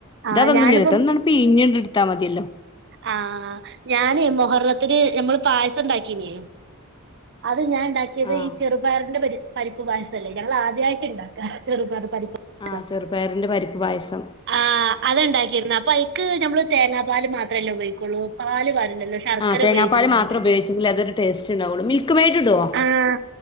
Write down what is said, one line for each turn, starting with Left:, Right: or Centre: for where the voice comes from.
Left: ഇത
Right: ആ
Left: അതൊന്നുംല്ലതൊന്നുംണുപ്പിഞ്ഞ്
Right: ഞാനിപ്പം
Left: ഇടുത്താ മതിയല്ലോ
Right: ആ ഞാന് മൊഹർളത്തിന് ഞമ്മള് പായസം ഉണ്ടാക്കീനി ഇത് ഞാൻ ഇണ്ടാക്കിയത്
Left: ആഹ്
Right: ഈ ചെറുപയറിന്റെ പരി പരിപ്പ് പായസല്ലേ ഞങ്ങള് ആദ്യായിട്ട് ഇണ്ടാക്കാ ചെറുപയർ പരി <unintelligible>
Left: ആഹ് ചെറുപയറിന്റെ പരിപ്പ് പായസം
Right: ആഹ് അതാണ്ടാക്കി യേര്ന്ന് അപ്പ അയ് ക്ക് ഞമ്മള് തേങ്ങാ പാല് മാത്രല്ലേ ഉപയോഗിക്കൊള്ളൂ പാല് കാ ഇല്ലല്ലോ ശർക്കര
Left: ആഹ് തേങ്ങാപ്പാല്
Right: ഉപയോഗിക്കുന്നോണ്ട്
Left: മാത്രം ഉപയോഗിച്ചെങ്കിലേ അതൊരു ടേസ്റ്റ് ഉണ്ടാവുള്ളൂ മിൽക്ക് മെയ്ഡ് ഇടുവോ?
Right: ആഹ്